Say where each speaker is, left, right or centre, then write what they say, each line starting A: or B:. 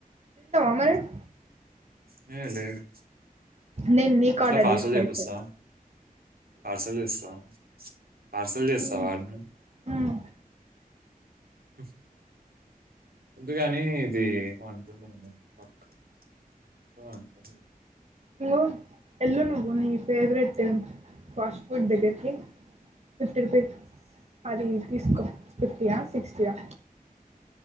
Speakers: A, on the right; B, on the right.
A: అమల్
B: లే లేదు
A: నేను నీకు
B: ఎట్లా
A: ఆర్డర్
B: పార్సల్
A: చేస్తా
B: చేపిస్తా
A: ఇప్పుడు
B: పార్సల్ చేస్తా పార్సల్ చేస్తా
A: ఉమ్
B: వాడిన్ని
A: ఉమ్
B: అ ముందుగాని ఇది ఏమో అంటుండే పక్కన్ ఏమో అంటుండే
A: ఇంగో ఎల్లుండి నీ ఫేవరెట్ ఫాస్ట్ ఫుడ్ దగ్గరికి ఫిఫ్టీ రూపీస్ అది తీసుకో ఫిఫ్టీయా సిక్స్టీయా